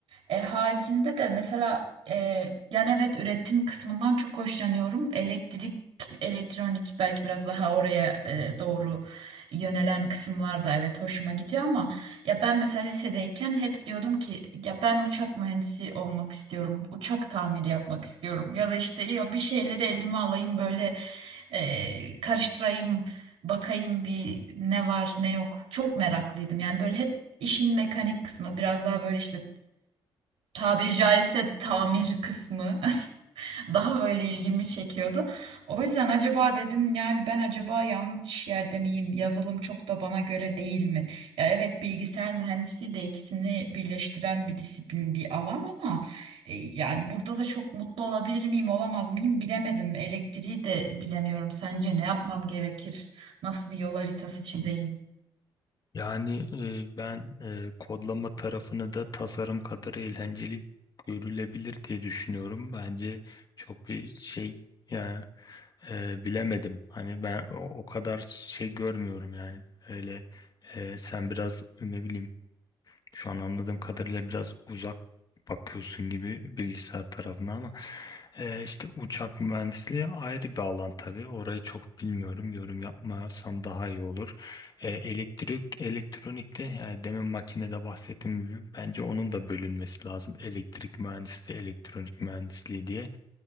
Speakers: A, on the right; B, on the left.
A: E, haricinde de mesela e, yani evet üretim kısmından çok hoşlanıyorum. Elektrik, elektronik belki biraz daha oraya e, doğru yönelen kısımlar da evet hoşuma gidiyor ama ya ben mesela lisedeyken hep diyordum ki ya ben uçak mühendisi olmak istiyorum. Uçak tamiri yapmak istiyorum. Ya da işte ya bir şeyleri elime alayım böyle e, karıştırayım bakayım bir ne var ne yok. Çok meraklıydım. Yani böyle hep işin mekanik kısmı biraz daha böyle işte tabiri caizse tamir kısmı <laughs> daha böyle ilgimi çekiyordu. O yüzden acaba dedim yani ben acaba yanlış yerde miyim? Yazılım çok da bana göre değil mi? Ya evet bilgisayar mühendisliği de ikisini birleştiren bir disiplin, bir alan ama e, yani burada da çok mutlu olabilir miyim, olamaz mıyım bilemedim. Elektriği de bilemiyorum. Sence ne yapmam gerekir? Nasıl bir yol haritası çizeyim?
B: Yani e, ben e, kodlama tarafını da tasarım kadar eğlenceli görülebilir diye düşünüyorum. Bence çok bir şey yani e, bilemedim. Hani ben o, o kadar şey görmüyorum yani. Öyle e, sen biraz ne bileyim şu an anladığım kadarıyla biraz uzak bakıyorsun gibi bilgisayar tarafına ama e, işte uçak mühendisliği ayrı bir alan tabii. Orayı çok bilmiyorum. Yorum yapmasam daha iyi olur. E, elektrik, elektronikte yani demin makinede bahsettiğim gibi bence onun da bölünmesi lazım. Elektrik mühendisliği, elektronik mühendisliği diye.